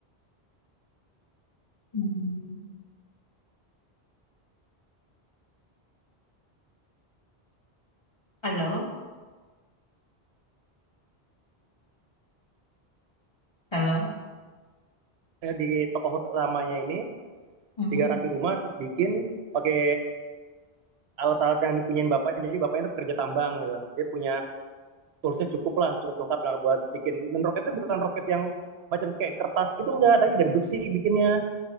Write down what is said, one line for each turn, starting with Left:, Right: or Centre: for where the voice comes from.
Left: hmm. Halo, halo.
Right: eh, di toko utamanya ini,
Left: Hmm.
Right: di garasi rumah terus bikin pakai alat-alat yang dipunyain bapaknya. Jadi bapaknya itu pekerja tambang gitu. Dia punya toolsnya cukup lah, cukup lengkap lah buat bikin. Dan roketnya bukan roket yang macam kayak kertas gitu enggak, tapi dari besi bikinnya.